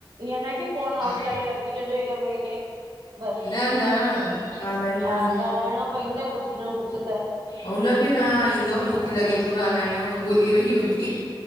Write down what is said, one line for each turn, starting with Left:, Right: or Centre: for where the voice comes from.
Right: ईअं न की फोन
Left: आह,
Right: ऑन करे रखी छॾियो हिक ॿिए खे। बसि
Left: न न ॻाल्हाईंदासीं
Right: हा ॻाल्हाइणो पइंदे कुछ न कुछ त।
Left: हुनखे न ईंदो मुंखे लॻे थो ॻाल्हाइण भुली वई हूंदी।